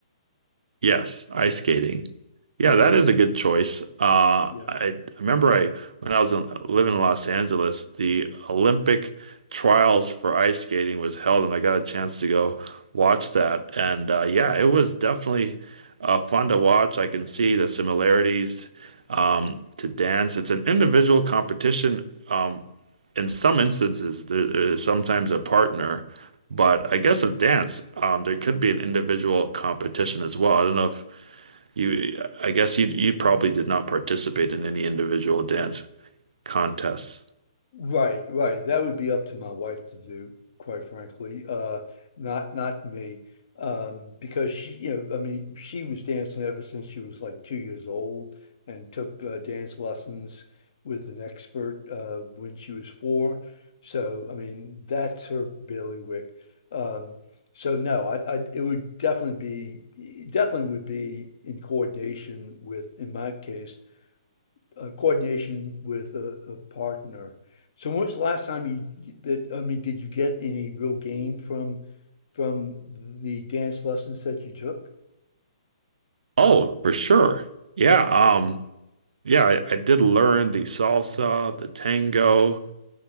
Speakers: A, on the right; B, on the left.
A: yes, ice skating. Yeah,
B: Yeah,
A: that is a good choice. Uh,
B: yeah.
A: I, I remember I when I was in, living in Los Angeles, the Olympic trials for ice skating was held, and I got a chance to go watch that. And uh, yeah, it was definitely uh, fun to watch. I can see the similarities um, to dance. It's an individual competition. Um, in some instances, there is sometimes a partner, but I guess of dance, um, there could be an individual competition as well. I don't know if you, I guess you you probably did not participate in any individual dance contests.
B: Right, right. That would be up to my wife to do, quite frankly. Uh, not not me. Um, because she, you know, I mean, she was dancing ever since she was like two years old and took uh, dance lessons with an expert uh, when she was four. So, I mean, that's her bailiwick. Um, so no, I, I it would definitely be it definitely would be in coordination with, in my case, uh, coordination with a, a partner. So when was the last time you that I mean, did you get any real gain from from the dance lessons that you took?
A: Oh, for sure. Yeah, um, yeah, I, I did learn the salsa, the tango,